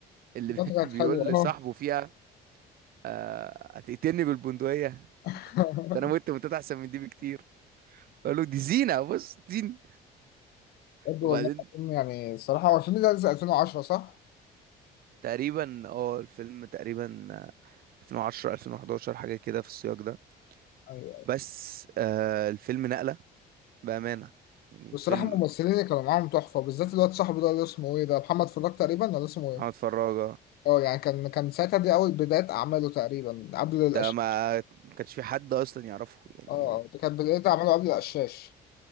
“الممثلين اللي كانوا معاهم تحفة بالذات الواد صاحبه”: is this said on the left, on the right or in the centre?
Left